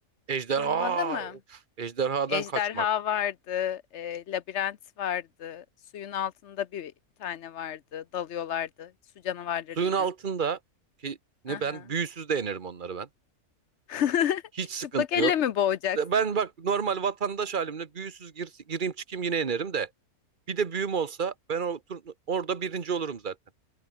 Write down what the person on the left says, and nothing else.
Turnuvada mı?
Ejderha
vardı, e, labirent vardı, suyun altında bir tane vardı, dalıyorlardı su canavarlarıyla.
Aha.
<laughs>
Çıplak elle
mi boğacaksın?